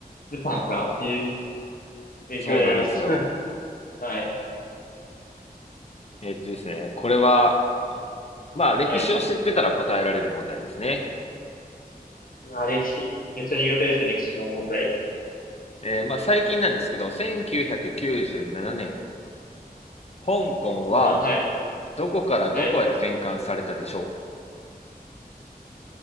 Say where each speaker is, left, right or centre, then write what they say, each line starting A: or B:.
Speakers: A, on the left; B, on the left.
A: ブタンか。いう勉強になります。
B: そうなんですよ。
A: <laughs> はい。
B: えっとですね、これは、まあ、歴史を知ってたら答えられる問題ですね。
A: はい。うわ歴史。めっちゃ苦手ですね、歴史の問題。
B: えーまあ、最近なんですけど、1997年、香港は
A: 1997、はい。
B: どこからどこへ返還されたでしょ
A: はい。